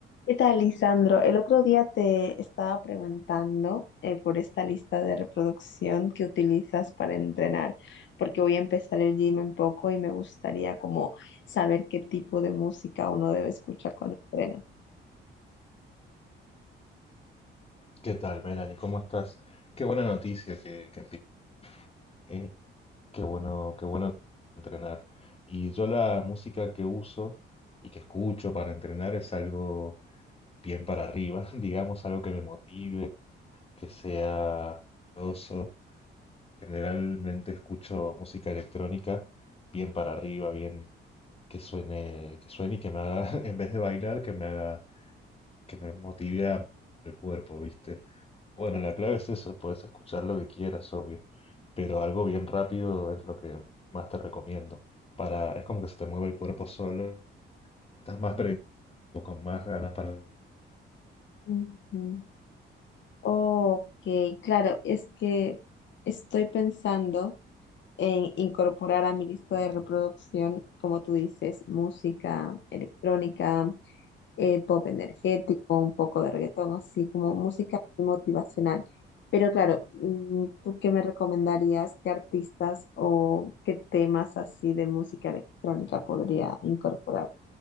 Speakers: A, on the left; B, on the left.
A: ¿Qué tal, Lisandro? El otro día te estaba preguntando eh, por esta lista de reproducción que utilizas para entrenar, porque voy a empezar el gym en poco y me gustaría como saber qué tipo de música uno debe escuchar cuando entrena.
B: ¿Qué tal, Melanie? ¿Cómo estás? Qué buena noticia que, que empie- eh, qué bueno, qué bueno entrenar. Y yo la música que uso y que escucho para entrenar es algo bien para arriba, <laughs> digamos, algo que me motive, que sea oso. Generalmente escucho música electrónica bien para arriba, bien que suene, que suene y que me haga, <laughs> en vez de bailar, que me haga, que me motive a el cuerpo, ¿viste? Bueno, la clave es eso, puedes escuchar lo que quieras, obvio, pero algo bien rápido es lo que más te recomiendo. Para, es como que se te mueve el cuerpo solo, y estás más predispuesto, con más ganas para...
A: Ujú. Ok, claro, es que estoy pensando en incorporar a mi lista de reproducción, como tú dices, música electrónica eh, pop energético, un poco de reggaetón, así como música muy motivacional. Pero claro, mm, ¿tú qué me recomendarías? ¿Qué artistas o qué temas así de música electrónica podría incorporar?